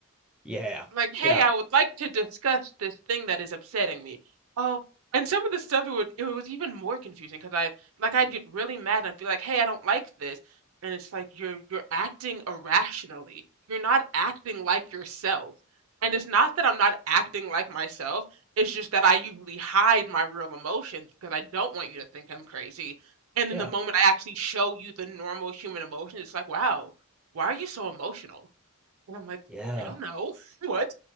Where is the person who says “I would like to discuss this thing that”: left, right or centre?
Right